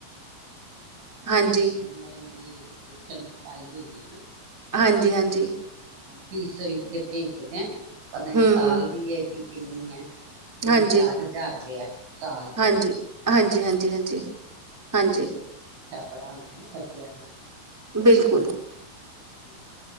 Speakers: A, in the centre; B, on the right.
A: ਹਾਂਜੀ
B: <unintelligible> ਤੇ ਟੂਸ਼ਨ ਪਾਈ ਹੋਈ ਹੈਾ
A: ਹਾਂਜੀ ਹਾਂਜੀ
B: ਫੀਸਲ ਤੇ ਪੇ ਦੇ ਹੈ ਪਤਾ ਹੀ
A: ਹੂੰ
B: ਸਾਲ
A: ਹੂੰ
B: ਦੀ ਹੈ ਕਿ ਕਿੰਨੀ ਹੈ ਤਿੰਨ
A: ਹਾਂਜੀ
B: ਚਾਰ ਹਜ਼ਾਰ ਰੁਪਆ ਸਾਲ ਦੀ
A: ਹਾਂਜੀ ਹਾਂਜੀ ਹਾਂਜੀ ਹਾਂਜੀ
B: ਹਨਾ।
A: ਹਾਂਜੀ
B: ਪੜਾਉਂਦੇ ਨੇ ਬੱਚਿਆਂ ਨੂੰ
A: ਬਿਲਕੁਲ
B: ਹ